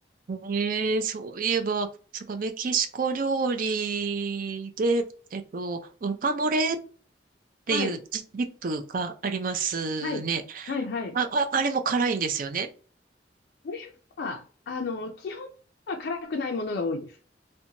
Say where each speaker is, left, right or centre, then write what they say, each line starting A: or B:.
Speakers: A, on the right; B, on the left.
A: ねえ、そういえば、そっか、メキシコ料理で、えっと、ワカモレっていうディップがありますね。
B: はい。はい。はい、はい。
A: あ、あ、あれも辛いんですよね。
B: これは、あの、基本は辛くないものが多いです。